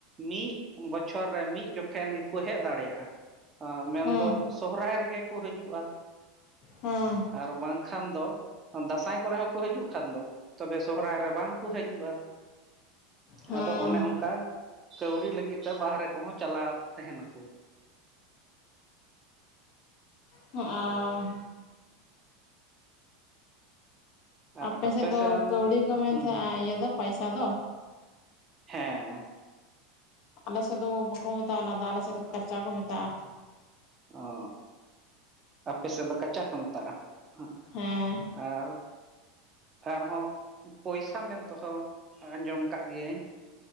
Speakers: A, on the right; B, on the left.
A: ᱢᱤᱫ ᱵᱚᱪᱷᱚᱨ ᱨᱮ ᱢᱤᱫ ᱡᱚᱠᱷᱮᱱ ᱜᱮᱠᱚ ᱦᱮᱡ ᱫᱟᱲᱮᱭᱟᱜᱼᱟ, ᱢᱮᱱᱫᱚ
B: ᱦᱮᱸ
A: ᱥᱚᱦᱨᱟᱭ ᱨᱮᱜᱮ ᱠᱚ ᱦᱟᱹᱡᱩᱜᱼᱟ,
B: ᱦᱮᱸ
A: ᱟᱨ ᱵᱟᱝᱠᱷᱟᱱ ᱫᱚ ᱫᱟᱸᱥᱟᱭ ᱠᱚᱨᱮ ᱦᱚᱸᱠᱚ ᱦᱤᱡᱩᱜ ᱠᱷᱟᱱ ᱫᱚ ᱛᱚᱵᱮ ᱥᱚᱦᱨᱟᱭ ᱨᱮ ᱵᱟᱝ ᱠᱚ ᱦᱤᱡᱩᱜᱼᱟ,
B: ᱦᱮᱸ
A: ᱟᱫᱚ ᱚᱱᱮ ᱚᱱᱠᱟ ᱠᱟᱹᱣᱰᱤ ᱞᱟᱹᱜᱤᱫ ᱛᱮ ᱵᱟᱦᱨᱮ ᱠᱚᱦᱚᱸ ᱪᱟᱞᱟᱜ ᱛᱟᱦᱮᱱᱟᱠᱚ,
B: ᱦᱚᱸ
A: ᱟᱨ
B: ᱟᱯᱮ ᱥᱮᱫ ᱫᱚ
A: ᱥᱮᱱ
B: ᱠᱟᱹᱣᱰᱤ ᱠᱚ ᱢᱮᱱ
A: ᱦᱩᱸ
B: ᱛᱟᱦᱮᱸᱫᱼᱟ
A: ᱦᱩᱸ
B: ᱤᱭᱟᱹ ᱫᱚ ᱯᱟᱭᱥᱟ ᱫᱚ,
A: ᱦᱮᱸ
B: ᱟᱞᱮ ᱥᱮᱫ ᱫᱚ ᱵᱟᱠᱚ ᱢᱮᱛᱟᱜᱼᱟ ᱚᱱᱟ ᱫᱚ ᱟᱞᱮ ᱥᱮᱫ ᱫᱚ ᱠᱟᱪᱟ ᱠᱚ ᱢᱮᱛᱟᱜᱼᱟ,
A: ᱚ ᱟᱯᱮ ᱥᱮᱫ ᱫᱚ ᱠᱟᱪᱟ ᱠᱚ ᱢᱮᱛᱟᱜᱼᱟ ᱦᱟᱸᱜ
B: ᱦᱮᱸ
A: ᱟᱨ ᱚᱠᱟ ᱨᱮᱦᱚᱸ ᱯᱚᱭᱥᱟ ᱢᱮᱱ ᱛᱮᱦᱚᱸ ᱟᱸᱡᱚᱢ ᱟᱠᱟᱫ ᱜᱤᱭᱟᱹᱧ,